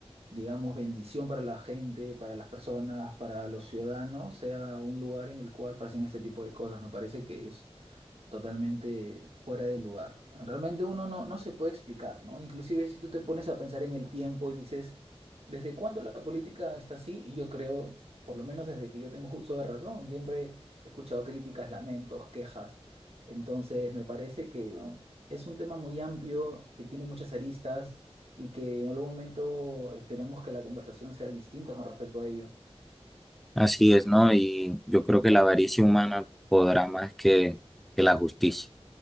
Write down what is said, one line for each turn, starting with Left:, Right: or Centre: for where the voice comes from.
Right: digamos, bendición para la gente, para las personas, para los ciudadanos, sea un lugar en el cual pasen ese tipo de cosas. Me parece que totalmente fuera de lugar. Realmente uno no, no se puede explicar, ¿no? Inclusive si tú te pones a pensar en el tiempo y dices, ¿desde cuándo la política está así? Y yo creo, por lo menos desde que yo tengo uso de razón, siempre he escuchado críticas, lamentos, quejas. Entonces, me parece que es un tema muy amplio, que tiene muchas aristas y que en algún momento esperemos que la conversación sea distinta con respecto a ello.
Centre: Así es, ¿no? Y yo creo que la avaricia humana podrá más que, que la justicia.